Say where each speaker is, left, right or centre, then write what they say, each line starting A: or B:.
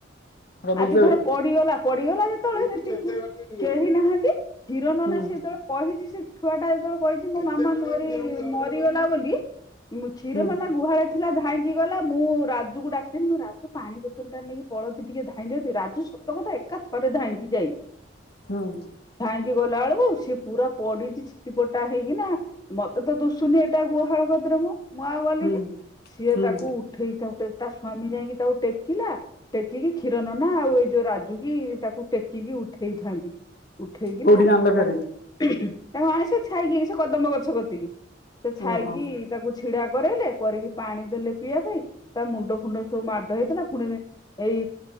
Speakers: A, on the left; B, on the left.
A: ସେଟା ବୁଝିଦେବି
B: ଆଜି ଧର ପଡିଗଲା ପଡିଗଲା ଯେତେବେଳେ ସେଠିକ କେହି ନାହାନ୍ତି। ହି ରୋ ନନା
A: ହୁଁ
B: ସ ଯେତେବେଳେ ପହିଛି ସେଠି ଛୁଆ ଟା ଯେତେବେଳେ କହିଛି ମୋ ମାମା ମରିଗଲା ବୋଲି ମୁଁ କ୍ଷୀର
A: ହୁଁ
B: ନନା ଗୁହାଳ ଥିଲା ଧାଇଁକି ଗଲା ମୁଁ ରାଜକୁ ଡାକଥିଲି ମୁଁ ରାଜ ପାଣି ବୋତଲ ଟା ନେଇକି ପଳଉଛୁ ଟିକେ ଧାଇଁ ଦିଅନ୍ତି ରାଜୁ ସତ କଥା ଏକା ଥରେ ଧାଇଁକି ଯାଇଛି।
A: ହୁଁ।
B: ଧାଇଁକି ଗଲା ବେଳକୁ ସିଏ ପୁରା ପଡିଛି ଚିଟି ପଟା ହେଇକି ନା ମତେ ତ ଦୁ ଶୁନି ଏଟା ଗୁହାଳ କରିଦ୍ର ମ ମୁଁ ଆଉ ଗଲିନି
A: ହୁଁ
B: ସିଏ
A: ହୁଁ
B: ତାକୁ ଉଠେଇ ତା ତା ସ୍ଵାମୀ ଯାଇକି ତାକୁ ଟେକିଲା ଟେକିକି କ୍ଷୀର ନନା ଆଉ ଏଇ ଯୋଉ ରାଜୁ କି ତାକୁ ଟେକିକି ଉଠେଇଥାନ୍ତି। ଉଠେଇକି
A: କୋଉଠିକି
B: ନା ତା
A: ଆଣିଲେ ଫେରେ
B: ତାକୁ ଆଣି ସେ ଛାଇକି ସେ କଦମ୍ବ ଗଛ କତିକି ସେ ଛାଇକି
A: ଓହୋ
B: ତାକୁ ଛିଡା କରିଲେ କରିକି ପାଣି ଦେଲେ ପିଇବା ପାଇଁ ତା ମୁଣ୍ଡ ଫୁଣ୍ଡ ସବୁ ହେଇଥିଲା ପୁଣି ଏଇ